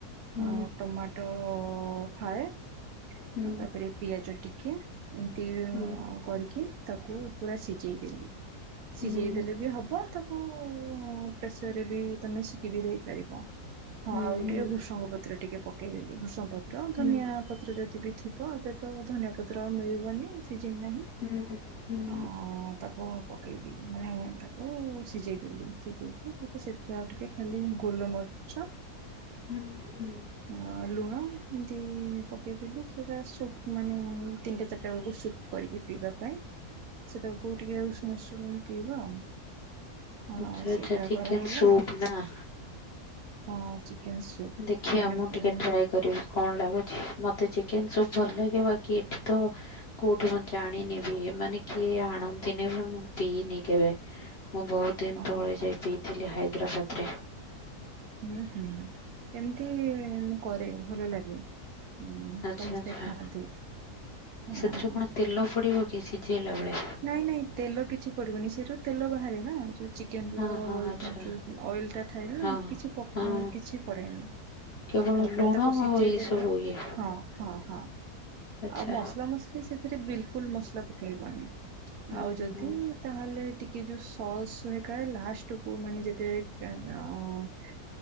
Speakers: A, on the left; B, on the right.
A: ହୁଁ
B: ଅ ଟମାଟୋ ଫାଳେ
A: ହୁଁ
B: ହଁ ତାପରେ ପିଆଜ ଟିକେ ଏମିତି
A: ହୁଁ
B: କରିକି ତାକୁ ପୁରା ସିଝେଇ ଦେଲିି। ସିଝେଇ
A: ହୁଁ ହୁଁ ହୁଁ।
B: ଦେଲେ ବି ହବ ତାକୁ ପ୍ରେସରରେ ବି ତମେ ସିଖି ବି ଦେଇପାରିବ। ହଁ
A: ହୁଁ ହୁଁ
B: ଆଉ ଟିକେ ଭୃସଙ୍ଗ ପତ୍ର ଟିକେ ପକେଇଦେଲିି ଭୃଷଙ୍ଗ ପତ୍ର
A: ହୁଁ
B: ଧନିଆ ପତ୍ର ଯଦି ବି ଥିବ ଏବେ ତ ଧନିଆ ପତ୍ର ମିଳିବନି ସିିଜିନ୍ ନାହିଁ।
A: ହୁଁ ହୁଁ ହୁଁ।
B: ଆଉ ତାକୁ ପକାଇଦି ମାନେ ତାକୁ ସିଝେଇ ଦେଲି ସିଝେଇକି ତ ସେଥି ଆଉ ଟିକେ ଖାଲି ଗୋଲମର୍ଛ
A: ହୁଁ।
B: ଅ ଲୁଣ ଏମତି ପ ସେଟା ସୁ ମାନେ ତିନିଟା ଚାରିଟା ବେଳକୁ ସୁପ କରିକି ପିଇବା ପାଇଁ। ସେଟାକୁ ଟିକେ ଆଉ ଉସୁମଉଷୁମ ପିଇବା ଆଉ। ହଁ
A: ଆଚଛା
B: ସେଇଟା
A: ଆଚଛା ଚିକେନ
B: କରାହେଲା
A: ସୂପ ନା।
B: ହଁ ଚିକେନ ସୁପ୍
A: ଦେଖିବା
B: ମାନେ
A: ମୁଁ
B: ଓହୋ
A: ଟିକେ ଟ୍ରାଏ କରିବି। କଣ ଲାଗୁଛି ମତେ ଚିକେନ ସବ ଭଲ ଲାଗିବ କି ଏଠି ତ କୋଉଠି ମୁଁ ଜାଣିନି ବି ଏ ମାନେ କିଏ ଆଣନ୍ତିନି ବି ମୁଁ ପିଇନି କେବେ? ମୁଁ ବହୁତ ଦିନ
B: ହୁଁ
A: ତଳେ ଯାଇ ପିଇଥିଲି ହାଇଦ୍ରାବାଦ ରେ।
B: ହୁଁ ହୁଁ ଏମିତି ମୁଁ କରେ ଭଲ ଲାଗେ। ହୁଁ
A: ଆଚ୍ଛା
B: ସମସ୍ତେ
A: ଆଚ୍ଛା
B: ଖାଆନ୍ତି ହଁ।
A: ସେଥିରେ କଣ ତେଲ ପୋଡ଼ିବକି ସିଝେଇଲା ବେଳେ।
B: ନାଇଁ ନାଇଁ ତେଲ କିଛି ପଡିବନି ସେରୁ ତେଲ ବାହାରେ ନା ଆ ଯୋଉ ଚିକେନ
A: ହଁ
B: ର
A: ହଁ ଆଚ୍ଛା
B: ଅଏଲ ଟା ଥାଏଲା
A: ହଁ
B: କିଛି ପ
A: ହଁ
B: କିଛି ପଡେ ନି।
A: କେବଳ
B: ତାପରେ
A: ଲୁଣ
B: ତାକୁ ସିଝେଇ
A: ଆଉ ଏଇସବୁ
B: ଦେଲେ
A: ଇଏ
B: ହଁ। ହଁ ହଁ ଆଉ
A: ଆଚ୍ଛା
B: ମସଲା ମସଲି ସେଥିରେ ବିଲକୁଲ ମସଲା ପକେଇବନି।
A: ହୁଁ
B: ଆଉ ଯଦି
A: ହୁଁ
B: ତାହେଲେ ଟିକେ ଯୋଉ ସସ୍ ହେରିକା ହେ ଲାଷ୍ଟ କୁ ମାନେ ଯେତେ <unintelligible>